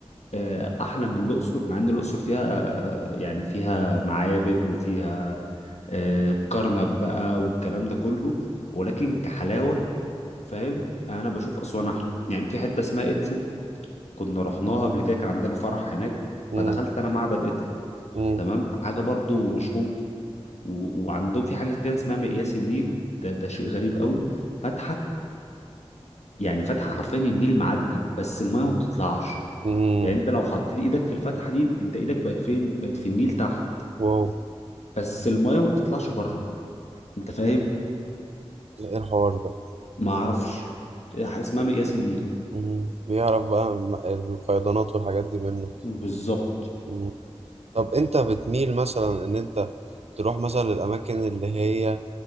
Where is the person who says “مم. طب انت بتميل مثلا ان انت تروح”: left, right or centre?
Right